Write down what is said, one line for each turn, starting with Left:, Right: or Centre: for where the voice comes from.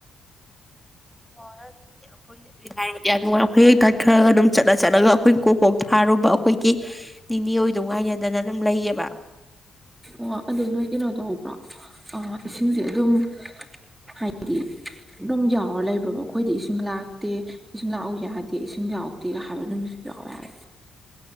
Centre: ꯑꯗꯨꯅ ꯍꯥꯏꯔꯗꯤ ꯑꯗꯣ ꯑꯩꯈꯣꯏꯒꯤ ꯀꯠꯈꯔꯒ ꯑꯗꯨꯝ ꯆꯠꯂꯆꯠꯂꯒ ꯑꯩꯈꯣꯏ ꯀꯣꯛꯀꯣꯛ ꯊꯥꯔꯨꯕ ꯑꯩꯈꯣꯏꯒꯤ ꯅꯤꯅꯦ ꯑꯣꯏꯗ ꯉꯥꯏꯅꯗꯅ ꯑꯗꯨꯝ ꯂꯩꯌꯦꯕ
Right: ꯑꯣ ꯑꯗꯨ ꯅꯣꯏ ꯀꯩꯅꯣ ꯇꯧꯕ꯭ꯔꯣ ꯏꯁꯤꯡꯁꯦ ꯑꯗꯨꯝ ꯍꯥꯏꯗꯤ ꯑꯗꯨꯝ ꯌꯥꯎꯔ ꯂꯩꯕ꯭ꯔꯕ ꯑꯩꯈꯣꯏꯗꯤ ꯏꯁꯤꯡ ꯂꯥꯛꯇꯦ ꯏꯁꯤꯡ ꯂꯥꯛꯎ ꯌꯥꯗꯦ ꯏꯁꯤꯡ ꯌꯥꯎꯗꯦꯒ ꯍꯥꯏꯕ ꯅꯨꯝꯕꯁꯨ ꯌꯥꯎꯋ‌ꯦ ꯍꯥꯏꯕ